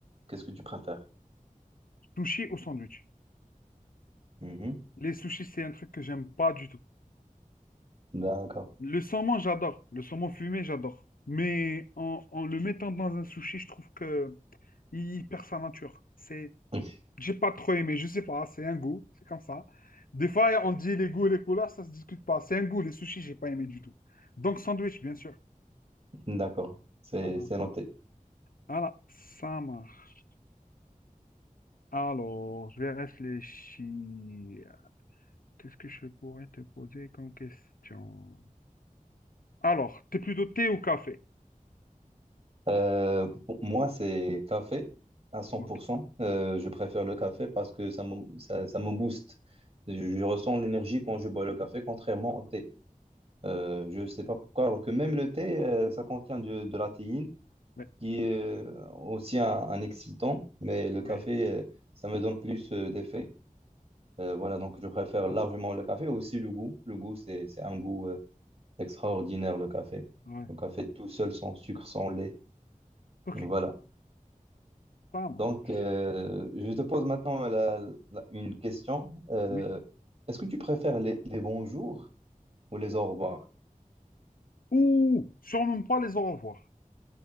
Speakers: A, on the right (about 45°); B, on the left (about 80°).
A: qu'est-ce que tu préfères?
B: sushi au sandwich.
A: Mhm.
B: Les sushis, c'est un truc que j'aime pas du tout.
A: D'accord.
B: Le saumon, j'adore. Le saumon fumé, j'adore. Mais en, en le mettant dans un sushi, je trouve que il perd sa nature. C'est
A: <laughs>
B: J'ai pas trop aimé, je sais pas, c'est un goût, c'est comme ça. Des fois, on dit les goûts et les couleurs, ça se discute pas. C'est un goût, les sushis, j'ai pas aimé du tout. Donc, sandwich, bien sûr.
A: D'accord. C'est
B: Voilà,
A: c'est noté.
B: Voilà, ça marche. Alors, je vais réfléchir. Qu'est-ce que je pourrais te poser comme question? Alors, t'es plutôt thé ou café?
A: Euh, pour moi, c'est café à 100%.
B: Ok.
A: Euh, je préfère le café parce que ça me, ça, ça me booste. Je, je ressens l'énergie quand je bois le café, contrairement au thé. Euh, je ne sais pas pourquoi, alors que même le thé, euh, ça contient de, de la théine,
B: Ouais,
A: qui est euh, aussi un, un excitant, mais le café,
B: ouais,
A: euh, ça me donne plus euh, d'effet. Euh, voilà, donc je préfère largement le café, aussi le goût. Le goût, c'est, c'est un goût euh, extraordinaire, le café.
B: ouais.
A: Le café tout seul, sans sucre, sans lait.
B: Ok,
A: Voilà.
B: ça marche.
A: Donc, euh, je te pose maintenant la- la- une question. Euh,
B: Oui.
A: est-ce que tu préfères les, les bonjours ou les au revoir?
B: Ouh, surnomme pas les au revoir.